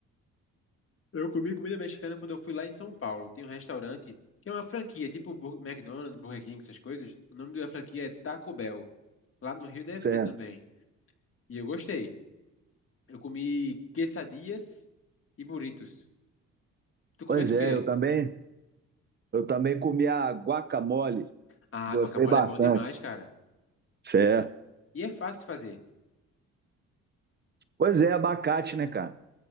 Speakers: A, on the left (about 45°); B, on the right (about 35°).
A: Eu comi comida mexicana quando eu fui lá em São Paulo. Tem um restaurante que é uma franquia, tipo Bur- McDonald's, Burger King, essas coisas. O nome da franquia é Taco Bell. Lá no Rio deve
B: Certo.
A: ter também. E eu gostei. Eu comi quesadillas e burritos. Tu comesse
B: Pois é,
A: o quê?
B: eu também, eu também comi a guacamole.
A: Ah,
B: Gostei
A: guacamole
B: bastante.
A: é bom demais, cara.
B: Certo.
A: E é fácil de fazer.
B: Pois é, abacate, né, cara?